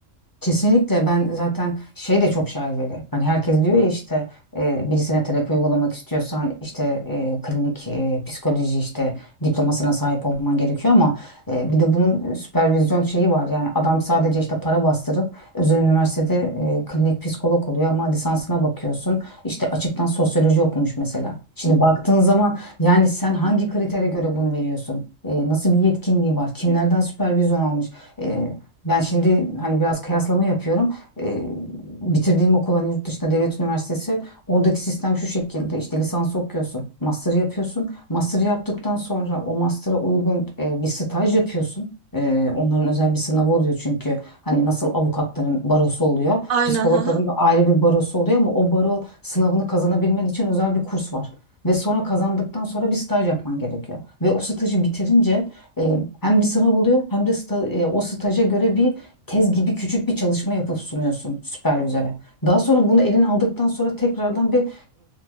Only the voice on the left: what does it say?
Kesinlikle ben zaten şey de çok şaibeli. Hani herkes diyor ya işte e, birisine terapi uygulamak istiyorsan işte e, klinik e, psikoloji işte diplomasına sahip olman gerekiyor ama e, bir de bunun süpervizyon şeyi var. Yani adam sadece işte para bastırıp özel üniversitede e, klinik psikolog oluyor ama lisansına bakıyorsun işte açıktan sosyoloji okumuş mesela. Şimdi baktığın zaman yani sen hangi kritere göre bunu veriyorsun? E, nasıl bir yetkinliği var? Kimlerden süpervizyon almış? E, ben şimdi hani biraz kıyaslama yapıyorum. Ee, bitirdiğim okul hani yurt dışında devlet üniversitesi. Oradaki sistem şu şekilde işte lisans okuyorsun, master yapıyorsun. Master yaptıktan sonra o master'a uygun e, bir staj yapıyorsun. Ee, onların özel bir sınavı oluyor çünkü hani nasıl avukatların barosu oluyor,
psikologların
da ayrı bir barosu oluyor ama o baro sınavını kazanabilmen için özel bir kurs var. Ve sonra kazandıktan sonra bir staj yapman gerekiyor. Ve o stajı bitirince e, hem bir sınav oluyor hem de sta- e, o staja göre bir tez gibi küçük bir çalışma yapıp sunuyorsun süpervizöre. Daha sonra bunu eline aldıktan sonra tekrardan bir